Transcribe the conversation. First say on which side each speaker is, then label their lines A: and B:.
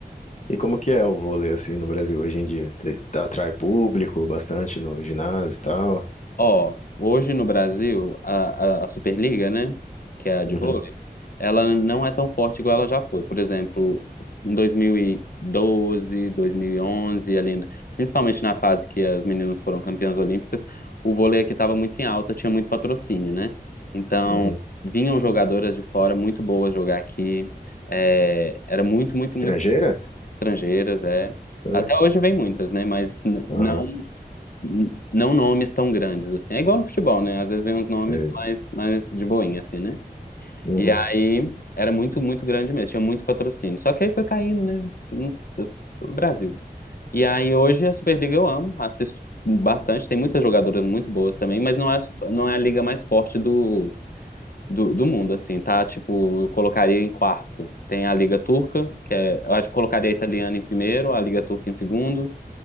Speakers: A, on the left; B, on the left.
A: E como que é o vôlei assim no Brasil hoje em dia? Te- Atrai público bastante no ginásio e tal?
B: Ó, hoje no Brasil, a, a, a Superliga, né, que é a de
A: Uhum,
B: vôlei, ela não é tão forte igual ela já foi. Por exemplo, em 2012, 2011, ali, na- principalmente na fase que as meninas foram campeãs olímpicas, o vôlei aqui estava muito em alta, tinha muito patrocínio, né? Então,
A: uhum.
B: vinham jogadoras de fora muito boas jogar aqui. É, era muito, muito,
A: Estrangeira?
B: muito estrangeiras, é.
A: É,
B: Até hoje vem muitas, né? Mas n-
A: Aham,
B: não n- não nomes tão grandes, assim. É igual no futebol, né? Às vezes vem uns nomes
A: sei.
B: mais, mais de boinha, assim, né?
A: Uhum,
B: E aí era muito, muito grande mesmo, tinha muito patrocínio. Só que aí foi caindo, né? Não s- O Brasil. E aí hoje a Superliga eu amo, assisto bastante, tem muitas jogadoras muito boas também, mas não é, a su- não é a liga mais forte do, do, do mundo, assim, tá? Tipo, eu colocaria em quarto. Tem a Liga Turca, que é, eu acho que colocaria a italiana em primeiro, a Liga Turca em segundo,